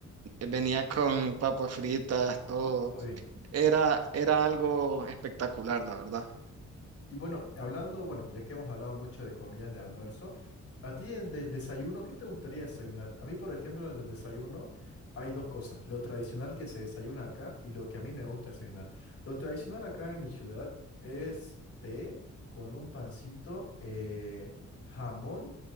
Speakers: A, on the right; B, on the left.
A: Venía con papas fritas, todo.
B: Uy.
A: Era, era algo espectacular, la verdad.
B: Y bueno, hablando, bueno, ya que hemos hablado mucho de comidas de almuerzo, a ti en- del desayuno, ¿qué te gustaría desayunar? A mí, por ejemplo, en el desayuno hay dos cosas, lo tradicional que se desayuna acá y lo que a mí me gusta desayunar. Lo tradicional acá en mi ciudad es té con un pancito, eh, jamón